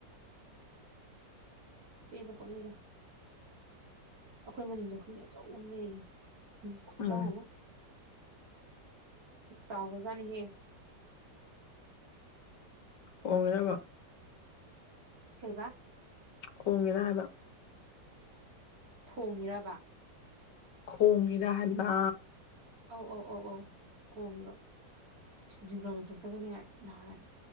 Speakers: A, on the right (about 50°); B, on the left (about 70°).
A: ꯄꯦꯜꯂꯄꯣꯠꯅꯤꯗ ꯑꯁ ꯑꯩꯈꯣꯏ ꯃꯅꯤꯡꯗ ꯍꯨꯏ ꯑꯆꯧꯕ ꯑꯃ ꯂꯩꯔꯤꯌꯦ ꯍꯨꯏ ꯈꯨꯠꯆꯥꯎ
B: ꯎꯝ
A: ꯑꯃ ꯏꯁ ꯆꯥꯎꯒꯔꯖꯥꯅꯤꯍꯦ
B: ꯈꯣꯡꯉꯤꯔꯕ
A: ꯀꯩꯕꯥ
B: ꯈꯣꯡꯉꯤꯔꯥ ꯍꯥꯏꯕ
A: ꯊꯣꯡꯉꯤꯔꯥꯕ
B: ꯈꯣꯡꯉꯤꯔꯥ ꯍꯥꯏꯕꯥ
A: ꯑꯧ ꯑꯧ ꯑꯧ ꯑꯧ ꯈꯣꯡꯉꯤꯕ ꯑꯁ ꯖꯤꯡꯒ꯭ꯔꯥ ꯃꯊꯛꯇꯒꯅꯦ ꯅꯍꯥꯟ